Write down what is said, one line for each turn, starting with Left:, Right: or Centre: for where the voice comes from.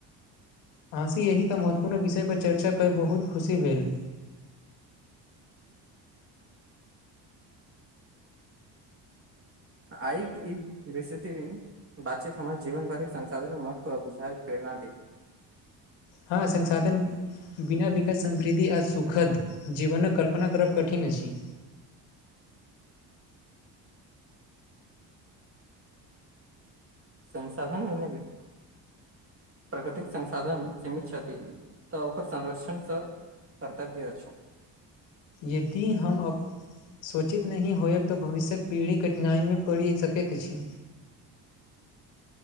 Left: आहाँ सी एहिके महत्वपूर्ण विषय पर चर्चा कर बहुत खुशी भेल
Right: आइ ई बेसति <unintelligible> बातचीत हमर जीवन भर संसाधन महत्व बुझाय प्रेरणा दे
Left: हँ संसाधन बिना विकास समृद्धि आ सुखद जीवनक कल्पना करब कठिन अछि
Right: संसाधन होइ प्रकृतिक संसाधन सीमित छथि तऽ ओकर संरक्षणस कर्तव्य अछ
Left: यदि हम अब सोचित नहि होयब त भविष्यक पीढ़ी कठिनाइ में पड़ि सकैत अछि